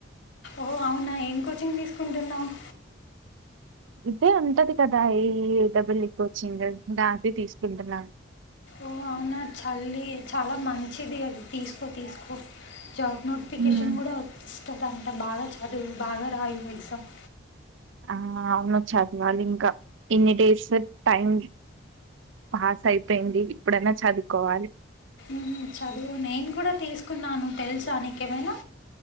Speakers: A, on the left; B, on the right.
A: ఓ అవునా ఏం కోచింగ్ తీసుకుంటున్నావ్?
B: ఇదే ఉంటది కదా! ఎ ఈ డబల్ఈ కోచింగ్ దానిపై తీసుకుంటున్నాను.
A: ఓ అవునా! చల్లి చాల మంచిది అది తీసుకొ. తీసుకో జాబ్ నోటిఫికేషన్
B: ఉమ్
A: కూడ వస్తదంట బాగ చ అది బాగ రాయి ఎగ్జామ్.
B: ఆ అవును చదవాలి ఇంకా. ఇన్ని డేస్ టైం పాస్ అయిపోయింది. ఇప్పుడైనా చదువుకోవాలి.
A: మ్ చదువు. నేను కూడా తీసుకున్నాను తెలుసా నికేమైనా?